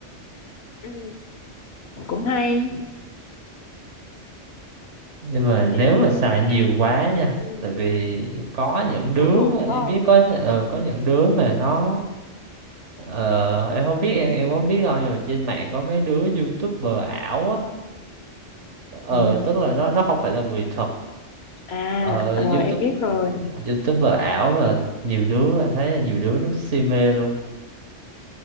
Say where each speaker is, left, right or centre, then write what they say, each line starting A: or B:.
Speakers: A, on the left (about 60°); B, on the right (about 75°).
A: ừ. cũng hay
B: nhưng mà
A: thì
B: nếu
A: em
B: mà xài
A: thấy AI
B: nhiều quá nha
A: ừ.
B: tại vì có những đứa
A: phụ thuộc phải
B: em biết
A: không
B: có ờ, có những đứa mà nó ờ, em không biết em em có biết không nhưng mà trên mạng có mấy đứa YouTuber ảo á ờ
A: Ừ.
B: tức là nó nó không phải là người thật
A: À,
B: ờ
A: rồi
B: YouTube
A: em biết rồi.
B: YouTuber ảo mà nhiều đứa anh thấy là nhiều đứa nó si mê luôn